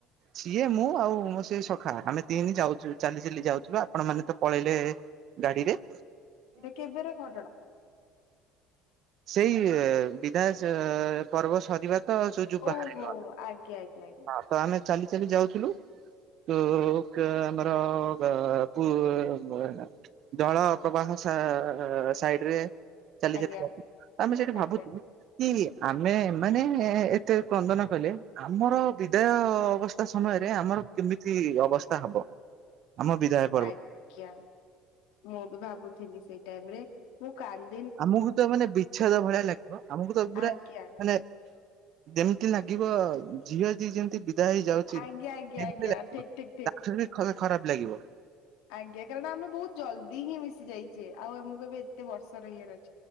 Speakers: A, on the right (about 50°); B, on the left (about 85°).
A: ସିଏ ମୁଁ ଆଉ ମୋ ସିଏ ସଖା ଆମେ ତିନି ଯାଉଛୁ ଚାଲି ଚାଲି ଯାଉଛୁ ପା ଆପଣ ମାନେ ତ ପଳେଇଲେ। ଗାଡ଼ି ରେ
B: ଏଇଟା କେବେର ଘଟଣା?
A: ସେଇ ବିଧାୟ ସ ପର୍ବ ସରିବା ତ ଚୋ ଯେଉ ବାହାହେଲୁ
B: ଓହୋ
A: <unintelligible>
B: ଆଜ୍ଞା ଆଜ୍ଞା ଆଜ୍ଞା
A: ହଁ ତ ଆମେ ଚାଲି ଚାଲି ଯାଉଥିଲୁ। କୁ--କା ଆମର <unintelligible> ଜଳ ପ୍ରବାହ ସା ସାଇଡ ରେ ଚାଲି
B: ଆଜ୍ଞା
A: <unintelligible> ଆମେ ସେଠି
B: ଆଜ୍ଞା
A: ଭାବୁଥିଲୁ। କି ଆମେ ମାନେ ଏତେ କନ୍ଦନ କଲେ ଆମର ବିଦାୟ ଅବସ୍। ସମୟରେ ଆମର କେମିତି ଅବସ୍ଥା ହବ ଆମ ବିଧାୟକ୍।
B: ଆଜ୍ଞା ମୁଁ ବି ଭାବୁଥିଲି ସେଇ ଟାଇମରେ ମୁଁ କାଲ୍
A: ଆମକୁ ତ ମାନେ ବିଚ୍ଛାଳିଆ ଭଳିଆ ଲାଗିବ ଆମକୁ ତ ପୁରା
B: ଆଜ୍ଞା
A: ମାନେ! ଯେମିତି ଲାଗିବ ଝିଅ ଦି ଜଣ ବିକ୍। ଭାଇ ଯାଉଛି
B: ଆଜ୍ଞା
A: ସେମ୍ତି
B: ଆଜ୍ଞା ଆଜ୍ଞା
A: ଲାଗିବ
B: ଠିକ ଠିକ ଠିକ
A: ତା ଠାରୁ ଖ ଖରାପ ଲାଗିବ।
B: ଆଜ୍ଞା କାରଣ ଆମେ ବହୁତ୍ ଜଲଦି ହିଁ ମିଶି ଯାଇଛେ ଆଉ ଆମକୁ ଏବେ ଏତେ ବର୍ଷ ରେ ଏରଖ୍।